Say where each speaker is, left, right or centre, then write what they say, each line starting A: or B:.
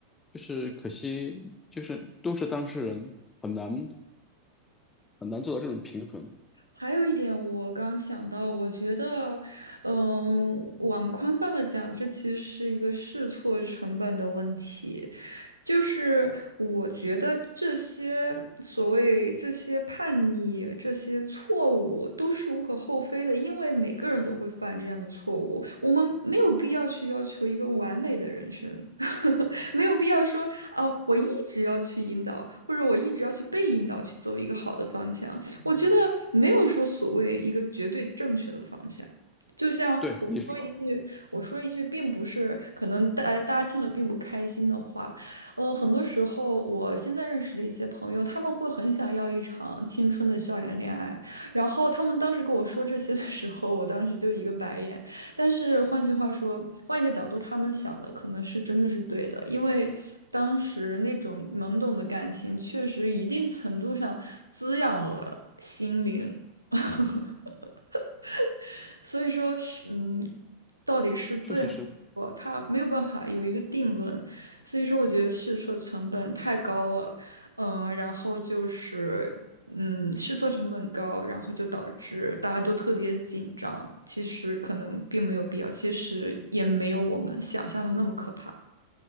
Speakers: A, on the left (about 15°); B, on the right (about 80°).
A: 就是可惜，就是都是当事人，很难很难做到这种平衡。
B: 还有一点，我刚想到，我觉得，嗯，往宽泛了讲，这其实是一个试错成本的问题。就是我觉得这些所谓这些叛逆、这些错误都是无可厚非的，因为每个人都会犯这样的错误，我们没有必要去要求一个完美的人生，<laughs> 没有必要说哦，我一直要去引导，或者我一直要去被引导去走一个好的方向。我觉得没有说所谓一个绝对正确的方向，就像我说一句，
A: 对，你说
B: 我说一句，并不是可能大家大家听了并不开心的话，呃，很多时候我现在认识的一些朋友，他们会很想要一场青春的校园恋爱，然后他们当时跟我说这些的时候，我当时就一个白眼，但是换句话说，换一个角度，他们想的可能是真的是对的，因为当时那种懵懂的感情，确实一定程度上滋养了心灵。<laughs> 所以说是，嗯，到底是对还是错，
A: 确实是。
B: 他没有办法有一个定论。所以说，我觉得试错成本太高了，嗯，然后就是嗯，试错成本高，然后就导致大家都特别紧张。其实可能并没有必要，其实也没有我们想象的那么可怕。